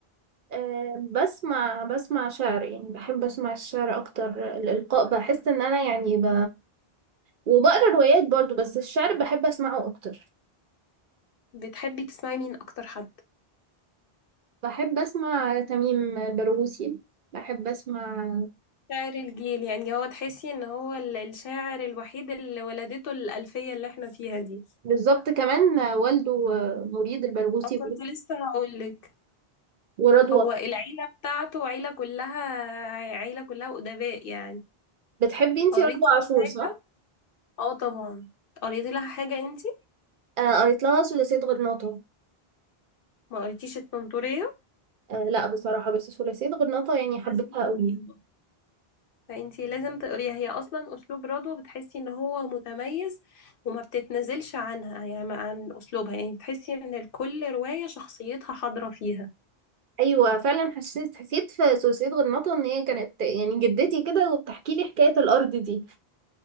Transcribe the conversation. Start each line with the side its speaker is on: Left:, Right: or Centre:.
Right: أه بسمع بسمع شعر يعني بحب أسمع الشعر أكتر الإلقاء بحس إن أنا يعني ب... وبقرا روايات برضو بس الشعر بحب أسمعه أكتر
Left: بتحبي تسمعي مين أكتر حد
Right: بحب أسمع تميم البرغوثي بحب أسمع
Left: شاعر الجيل يعني هو تحسي ان هو ال- الشاعر الوحيد اللي ولدته الألفية اللي احنا فيها دي
Right: بالظبط كمان والده آه، مريد البرغوثي
Left: انا كنت لسه هقولك
Right: ورضوى
Left: هو العيلة بتاعته عيلة كلها عيلة كلها أدباء يعني
Right: بتحبي انتي
Left: قريتي
Right: رضوى عاشور
Left: حاجة
Right: صح؟
Left: اه طبعا قريتي لها حاجة انتي
Right: آه قريت لها ثلاثية غرناطة
Left: ما قريتيش التنطورية
Right: آه لا بصراحة بس ثلاثية غرناطة يعني حبيتها
Left: لازم تقريها
Right: قوي
Left: فانتي لازم تقريها هي اصلا اسلوب رضوى بتحسي ان هو متميز وما بتتنزلش عنها يعني عن اسلوبها يعني بتحسي ان كل رواية شخصيتها حاضرة فيها
Right: أيوة فعلا حسيت حسيت في ثلاثية غرناطة إن هي كانت يعني جدتي كده وبتحكي لي حكاية الأرض دي